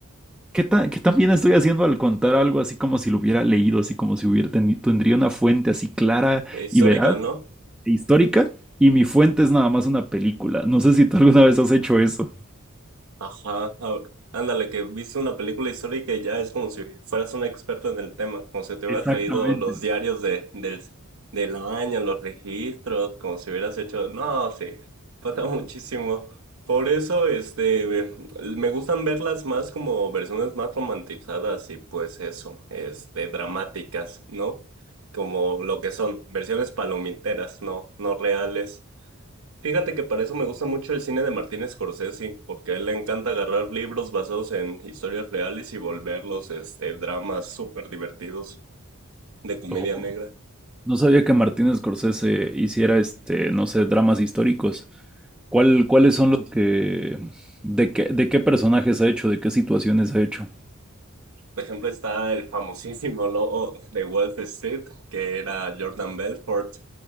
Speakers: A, in the centre; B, on the right.
A: ¿Qué tan, qué tan bien estoy haciendo al contar algo así como si lo hubiera leído, así como si hubiera teni- tendría una fuente así clara
B: Histórica,
A: y veraz
B: ¿no?
A: e histórica? Y mi fuente es nada más una película. No sé si tú alguna vez has hecho eso.
B: Ajá, ajá. ándale, que viste una película histórica y ya es como si fueras un experto en el tema, como si te hubieras
A: Exactamente.
B: leído los diarios de, del, del año, los registros, como si hubieras hecho... No, sí, pasa <laughs> muchísimo. Por eso, este, eh, me gustan verlas más como versiones más romantizadas y pues eso, este, dramáticas, ¿no? Como lo que son, versiones palomiteras, no, no reales. Fíjate que para eso me gusta mucho el cine de Martin Scorsese, porque a él le encanta agarrar libros basados en historias reales y volverlos, este, dramas súper divertidos de comedia
A: Oh,
B: negra.
A: no sabía que Martín Scorsese hiciera este, no sé, dramas históricos. ¿Cuál, cuáles son los que, de qué, de qué personajes ha hecho, de qué situaciones ha hecho?
B: Por ejemplo, está el famosísimo logo de Wall Street, que era Jordan Belfort.